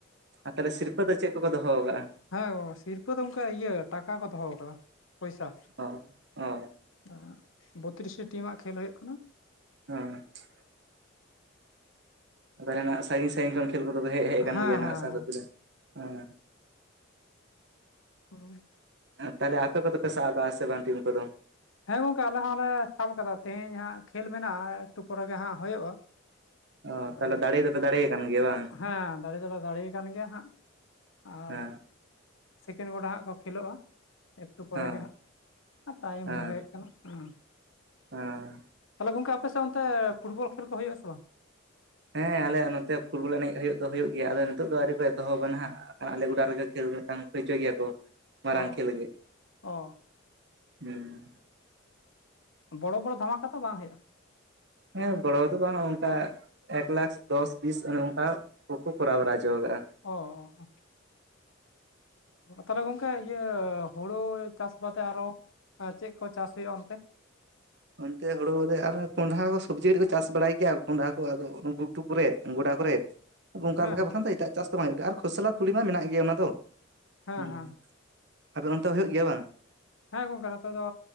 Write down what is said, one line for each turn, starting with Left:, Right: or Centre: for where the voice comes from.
Right: ᱟᱨ ᱛᱟᱞᱦᱮ ᱥᱤᱨᱯᱟᱹ ᱫᱚ ᱪᱮᱫ ᱠᱚ ᱠᱚ ᱫᱚᱦᱚᱣ ᱠᱟᱜᱼᱟ?
Left: ᱦᱮᱸ ᱚ ᱥᱤᱨᱯᱟᱹ ᱫᱚ ᱚᱱᱠᱟ ᱤᱭᱟᱹ ᱴᱟᱠᱟ ᱠᱚ ᱫᱚᱦᱚᱣ ᱠᱟᱫᱟ ᱯᱚᱭᱥᱟ
Right: ᱚ ᱚ
Left: ᱟᱸ ᱵᱚᱛᱨᱤᱥᱴᱤ ᱴᱤᱢᱟᱜ ᱠᱷᱮᱞ ᱦᱩᱭᱩᱜ ᱠᱟᱱᱟ
Right: ᱟᱪᱪᱷᱟ ᱛᱟᱞᱦᱮ ᱱᱟᱜ ᱥᱟᱹᱜᱤᱧ ᱥᱟᱹᱜᱤᱧ ᱠᱷᱚᱱ ᱠᱷᱮᱞ ᱠᱚᱫᱚ ᱠᱚ ᱦᱮᱜ ᱦᱮᱡ ᱠᱟᱱ
Left: ᱦᱮᱸ
Right: ᱜᱮᱭᱟ
Left: ᱦᱮᱸ
Right: ᱥᱟ ᱜᱟᱛᱤ ᱨᱮᱱ ᱩᱸ
Left: ᱦᱩᱸ
Right: ᱟ ᱛᱟᱦᱞᱮ ᱟᱯᱮ ᱠᱚᱫᱚ ᱯᱮ ᱥᱟᱵᱽᱠᱟᱜᱼᱟ ᱥᱮ ᱵᱟᱝ ᱴᱤᱢ ᱠᱚᱫᱚ
Left: ᱦᱮᱸ ᱜᱚᱝᱠᱮ ᱟᱞᱮ ᱦᱚᱸᱞᱮ ᱥᱟᱵ ᱠᱟᱫᱟ ᱛᱮᱦᱮᱧ ᱦᱟᱸᱜ ᱠᱷᱮᱞ ᱢᱮᱱᱟᱜᱼᱟ ᱮᱠᱴᱩ ᱯᱚᱨᱮ ᱜᱮ ᱦᱟᱸᱜ ᱦᱳᱭᱳᱜᱼᱟ᱾
Right: ᱚ
Left: ᱛᱟᱦᱞᱮ
Right: ᱛᱟᱦᱚᱞᱮ ᱫᱟᱲᱮ ᱫᱚᱯᱮ ᱫᱟᱲᱮ ᱟᱠᱟᱱ ᱜᱮᱭᱟ ᱵᱟᱝ?
Left: ᱦᱮᱸ ᱫᱟᱲᱮ ᱫᱚᱞᱮ ᱫᱟᱲᱮᱭ ᱠᱟᱱ ᱜᱮᱭᱟ ᱦᱟᱸᱜ ᱟᱨ
Right: ᱦᱮᱸ
Left: ᱥᱮᱠᱮᱱᱰ ᱜᱚᱰᱟ ᱦᱟᱸᱜ ᱠᱚ ᱠᱷᱮᱞᱳᱜᱼᱟ ᱮᱠᱴᱩ ᱯᱚᱨᱮ
Right: ᱦᱮᱸ
Left: ᱜᱮ ᱦᱟᱸᱜ ᱟᱨ ᱴᱟᱭᱤᱢᱼᱼ
Right: ᱦᱮᱸ
Left: ᱪᱮᱫ ᱠᱟᱱᱟ? ᱩᱸ
Right: ᱦᱮᱸ
Left: ᱛᱟᱞᱮ ᱜᱚᱢᱠᱮ ᱟᱯᱮᱥᱮᱫ ᱚᱱᱛᱮ ᱯᱷᱩᱴᱵᱚᱞ ᱠᱷᱮᱞ ᱠᱚ ᱦᱩᱭᱩᱜᱼᱟ ᱥᱮ ᱵᱟᱝ?
Right: ᱦᱮᱸ ᱟᱞᱮ ᱱᱚᱛᱮ ᱯᱷᱩᱴᱵᱚᱞ ᱮᱱᱮᱡ ᱦᱩᱭ ᱫᱚ ᱦᱩᱭᱩᱜ ᱜᱮᱭᱟ ᱟᱫᱚ ᱱᱤᱛᱳᱜ ᱫᱚ ᱟᱹᱣᱨᱤ ᱠᱚ ᱮᱛᱚᱦᱚᱵᱼᱟ ᱱᱟᱜ ᱟᱞᱮ ᱜᱚᱰᱟ ᱨᱮᱜᱮ ᱠᱷᱮᱞ ᱢᱤᱫᱴᱟᱝ ᱦᱳᱭ ᱦᱚᱪᱚᱭ ᱜᱮᱭᱟ ᱠᱚ ᱢᱟᱨᱟᱝ
Left: ᱚ
Right: ᱠᱷᱮᱞ ᱜᱮ
Left: ᱚ
Right: ᱦᱩᱸ
Left: ᱵᱚᱲᱚ ᱵᱚᱲᱚ ᱫᱷᱟᱢᱟᱠᱟ ᱛᱚ ᱵᱟᱝ ᱦᱩᱭᱩᱜᱼᱟ
Right: ᱦᱮᱸ ᱵᱚᱲᱚ ᱫᱚ ᱵᱟᱝ ᱚᱱᱠᱟ ᱮᱠ ᱞᱟᱠᱷ ᱫᱚᱥ ᱵᱤᱥ ᱚᱱᱮ ᱚᱱᱠᱟ ᱠᱚ ᱠᱚ ᱠᱚᱨᱟᱣ ᱵᱟᱲᱟ ᱪᱚ ᱠᱟᱜᱼᱟ᱾
Left: ᱚ ᱚ ᱛᱟᱞᱮ ᱜᱚᱝᱠᱮ ᱤᱭᱟᱹ ᱦᱩᱲᱩ ᱪᱟᱥ ᱵᱟᱫᱮ ᱟᱨᱚ ᱟᱸ ᱪᱮᱫ ᱠᱚ ᱪᱟᱥ ᱦᱩᱭᱩᱜᱼᱟ ᱚᱱᱛᱮ
Right: ᱚᱱᱛᱮ ᱦᱩᱲᱩ ᱵᱟᱫᱮ ᱟᱨ ᱦᱚᱸ ᱠᱚᱸᱰᱷᱟ ᱠᱚ ᱥᱚᱵᱽᱡᱤ ᱨᱮ ᱦᱚᱸ ᱪᱟᱥ ᱵᱟᱲᱟᱭ ᱜᱮᱭᱟ ᱠᱚᱸᱰᱷᱟ ᱠᱚ ᱟᱫᱚ ᱩᱴ ᱜᱷᱩᱴᱩ ᱠᱚᱨᱮ ᱜᱚᱰᱟ ᱠᱚᱨᱮ ᱚᱱᱠᱟ
Left: ᱦᱮᱸ
Right: ᱞᱮᱠᱟ
Left: ᱦᱮᱸ
Right: ᱵᱟᱠᱷᱟᱱ ᱫᱚ ᱮᱴᱟᱜ ᱪᱟᱥ ᱫᱚ ᱵᱟᱝ ᱦᱩᱭᱩᱜ ᱜᱮᱭᱟ ᱟᱨ ᱠᱷᱚᱥᱞᱟ ᱛᱩᱲᱤ ᱢᱟ ᱢᱮᱱᱟᱜ ᱜᱮ ᱚᱱᱟ ᱫᱚ
Left: ᱦᱮᱸ
Right: ᱦᱩᱸ
Left: ᱦᱮᱸ
Right: ᱟᱫᱚ ᱚᱱᱛᱮ ᱦᱩᱭᱩᱜ ᱜᱮᱭᱟ ᱵᱟᱝ
Left: ᱦᱮᱸ ᱜᱚᱝᱠᱮ ᱱᱚᱛᱮ ᱫᱚ